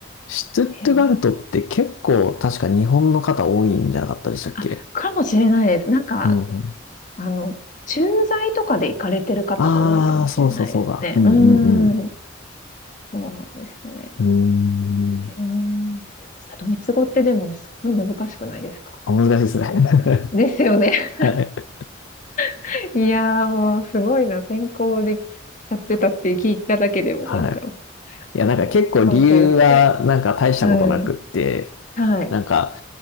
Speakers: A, on the left; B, on the left.
A: シュトゥットガルトって結構確か日本の方多いんじゃなかったでしたっけ
B: やー、あ、かもしれないです。なんか、
A: うんうん。
B: あの、駐在とかで行かれてる方が多いかもしれないですね。
A: ああ、そうそうそうだ。うんうんうん。
B: うーん。そうなんですよね。
A: うーん。
B: えー、ドイツドイツ語ってでもすごい難しくないですか
A: あ難しいですね。
B: ですよね。
A: <laughs> はい。
B: <laughs> いやーもうすごいな。専攻でやってたって聞いただけでも、
A: はい。
B: なんか
A: いや、なんか結構理由はなんか大したことなくって、
B: もう尊敬しかない。うん。はい。
A: なんか